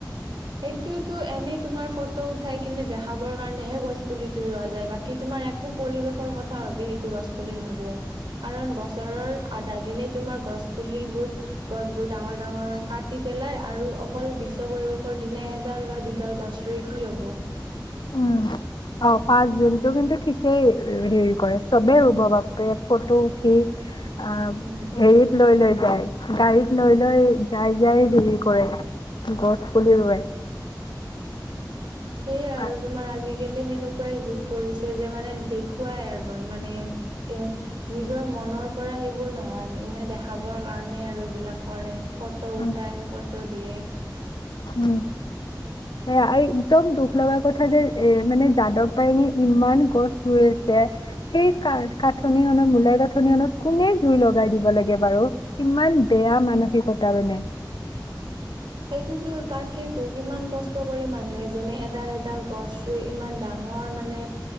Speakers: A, on the right (about 80°); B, on the left (about 75°).
A: এইটোতো এনে। তোমাৰ ফটো উঠাই কিনে দেখাবৰ কাৰণেহে গছ। পুলি তটো ৰোৱা যায় বাকী তোমাৰ এক। একো পৰিবেশৰ কথা ভাবি সেইটো গছ পুলি নৰুোৱে। কাৰণ বছৰৰ আধা দিনে তোমাৰ গছ পুলিবোৰ গছবোৰ ডাঙৰ ডাঙৰ কাটি পেলাই। আৰু অকল বিশ্ব পৰিৱেশ। দিনা এডাল বা দুডাল গছ ৰুই কি হব।
B: উম অ পাঁচ জুনতটো কিন্তু ঠিকেই হেৰি। কৰে চবে
A: উম
B: ৰুব বাপে। ফটো উঠি। অ
A: উম
B: হেৰিত লৈ লৈ। গাড়ীত লৈ লৈ যাই যাই দেৰি কৰে। গছ পুলি
A: উম
B: ৰুৱে।
A: সেইয়াই আৰু
B: আ-
A: তোমাৰ। আজিকালি সেনেকুৱাই যুগ পৰিছে যে মানে দেখুৱাই আৰু মানে এ নিজৰ মনৰ পৰা সেইবোৰ নহয় দেখাব। কাৰণে আৰু এইবিলাক কৰে ফটো
B: উম
A: উঠাই ফটো দিয়ে।
B: উম এ একদম দুখ লগা কথা যে এ মানে যাদৱ পায়ঙি ইমান গছ ৰুই আছে। সেই কা কাঠনিখনত মূলাই কাঠনিখনত কোনে জুই লগাই দিব লাগে বাৰু কিমান বেয়া মানসিকতা মানে।
A: সেইটোতো তাকেইেতো কিমান কষ্ট কৰি মানুহ এজনে এডাল এডাল গছ ৰুই ইমান ডাঙৰ মানে